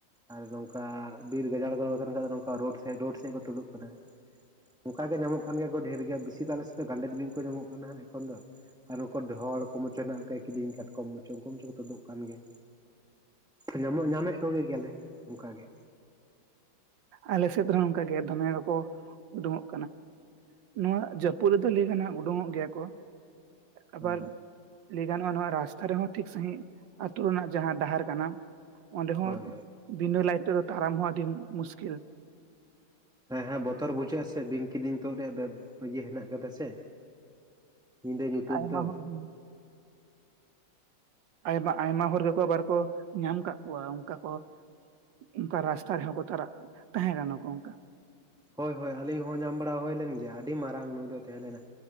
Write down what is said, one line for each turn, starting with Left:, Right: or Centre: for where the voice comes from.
Centre: ᱟᱨ ᱱᱚᱝᱠᱟ ᱵᱤᱨ ᱜᱟᱡᱟᱲ ᱠᱚᱨᱮ ᱛᱟᱦᱮᱱ ᱠᱷᱟᱱ ᱫᱚ ᱱᱚᱝᱠᱟ ᱨᱳᱰ ᱥᱮᱫ ᱨᱳᱰ ᱥᱮᱫ ᱠᱚ ᱛᱩᱫᱩᱜ ᱠᱟᱱᱟ ᱚᱱᱠᱟ ᱜᱮ ᱧᱟᱢᱚᱜ ᱠᱟᱱ ᱜᱮᱭᱟ ᱠᱚ ᱰᱷᱮᱨ ᱜᱮᱭᱟ ᱵᱮᱥᱤ ᱫᱚ ᱟᱞᱮᱥᱮᱫ ᱫᱚ ᱜᱟᱸᱰᱮᱛ ᱵᱤᱧ ᱠᱚ ᱧᱟᱢᱚᱜ ᱠᱟᱱᱟ ᱦᱟᱸᱜ ᱮᱠᱷᱚᱱ ᱫᱚ ᱟᱨ ᱩᱱᱠᱩ ᱰᱚᱲ ᱠᱚ ᱢᱚᱪᱚ ᱢᱮᱱᱟᱜᱮᱱᱟᱜ ᱠᱚᱮᱭᱟ ᱠᱤᱫᱤᱧ ᱠᱟᱴᱠᱚᱢ ᱢᱩᱪᱚ ᱩᱱᱠᱩ ᱢᱩᱪᱚ ᱠᱚ ᱛᱩᱫᱚᱜ ᱠᱟᱱ ᱜᱮᱭᱟ ᱧᱟᱢᱚᱜ ᱧᱟᱢᱮᱫ ᱠᱚᱜᱮ ᱜᱮᱭᱟᱞᱮ ᱚᱱᱠᱟ ᱜᱮ
Right: ᱟᱞᱮ ᱥᱮᱫᱦᱚᱸ ᱚᱱᱠᱟᱜᱮ ᱫᱚᱢᱮ ᱜᱮᱠᱚ ᱩᱰᱩᱠᱚᱜ ᱠᱟᱱᱟ᱾ ᱱᱚᱣᱟ ᱡᱟᱹᱯᱩᱫ ᱨᱮᱫᱚ ᱞᱟᱹᱭ ᱠᱟᱱᱟ ᱩᱰᱩᱠᱚᱜ ᱜᱮᱭᱟ ᱠᱚ ᱟᱵᱟᱨ᱾
Centre: ᱦᱳᱭ
Right: ᱞᱟᱹᱭ ᱜᱟᱱᱚᱜᱼᱟ ᱱᱚᱣᱟ ᱨᱟᱥᱛᱟ ᱨᱮᱦᱚᱸ ᱴᱷᱤᱠ ᱥᱟᱹᱦᱤᱡ ᱟᱹᱛᱩ ᱨᱮᱱᱟᱜ ᱡᱟᱦᱟᱸ ᱰᱟᱦᱟᱨ ᱠᱟᱱᱟ᱾ ᱚᱸᱰᱮ ᱦᱚᱸ
Centre: ᱦᱳᱭ ᱦᱳᱭ
Right: ᱵᱤᱱᱟ ᱞᱟᱭᱤᱴ ᱛᱮ ᱫᱚ ᱛᱟᱲᱟᱢ ᱦᱚᱸ ᱟᱹᱰᱤ ᱢᱩᱥᱠᱤᱞ
Centre: ᱦᱮᱸ ᱦᱮᱸ ᱵᱚᱛᱚᱨ ᱵᱩᱡᱷᱟᱹᱜ ᱟ ᱥᱮ ᱵᱤᱝ ᱠᱤᱫᱤᱧ ᱛᱫ ᱨᱮᱭᱟᱜ ᱤᱭᱟᱹ ᱦᱮᱱᱟᱜ ᱟᱠᱟᱫᱟ ᱥᱮ᱾ ᱧᱤᱫᱟᱹ ᱧᱩᱛᱟᱹᱛ
Right: ᱟᱭᱢᱟ
Centre: ᱫᱚ
Right: ᱦᱚᱸ ᱦᱮᱸ᱾ ᱟᱭᱢᱟ ᱟᱭᱢᱟ ᱦᱚᱲ ᱜᱮᱠᱚ ᱟᱵᱟᱨ ᱠᱚ ᱧᱟᱢ ᱠᱟᱜ ᱠᱚᱣᱟ ᱚᱱᱠᱟ ᱠᱚ᱾ ᱚᱱᱠᱟ ᱨᱟᱥᱛᱟ ᱨᱮᱦᱚᱸ ᱠᱚ ᱛᱟᱨᱟᱜ ᱛᱟᱦᱮᱸ ᱠᱟᱱᱟ ᱠᱚ ᱚᱱᱠᱟ᱾
Centre: ᱦᱳᱭ ᱦᱳᱭ ᱟᱹᱞᱤᱧ ᱦᱚᱸ ᱧᱟᱢ ᱵᱟᱲᱟ ᱦᱩᱭ ᱞᱮᱱ ᱜᱮᱭᱟ ᱟᱹᱰᱤ ᱢᱟᱨᱟᱝ ᱱᱩᱭ ᱫᱚ ᱛᱟᱦᱮᱸ ᱞᱮᱱᱟ᱾